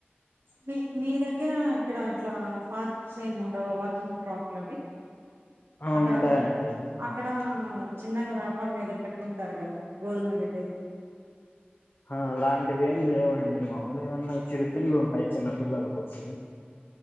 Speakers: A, on the right; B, on the left.
A: మీ మీ దగ్గర ఇక్కడ ఇట్లా పార్క్స్ ఏం ఉండవా వాకింగ్ ట్రాక్లవి.
B: ఆ
A: అక్కడం
B: ఉంటాయండి
A: అక్కడా చిన్నగా వ్యాపారం ఏదో పెట్టుంటారు కదా గోధుమ గడ్డిది.
B: ఆ అలాంటివి ఏమి లేవండి. మాములుగా ఏమన్నా చిరుతిండ్లు ఉంటాయి చిన్నపిల్లల కోసం.